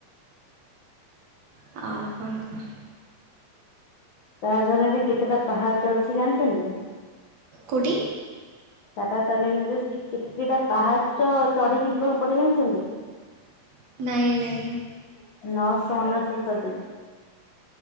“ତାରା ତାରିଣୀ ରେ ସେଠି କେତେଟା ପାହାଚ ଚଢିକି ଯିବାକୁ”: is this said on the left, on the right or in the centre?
Left